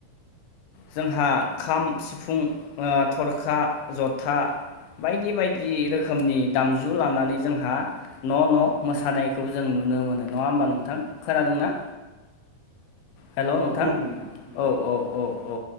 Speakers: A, on the left; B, on the right.
A: जोंहा खाम सिफुं आ थरखा जथा बायदि बायदि रोखोमनि दामजु लानानै जोंहा न' न' मोसानायखौ जों नु नो मोनो नङा होमबा नोंथां। खोनादों ना? हेल'
B: औ
A: नोंथां।
B: खोनादों नंगौ
A: औ औ औ औ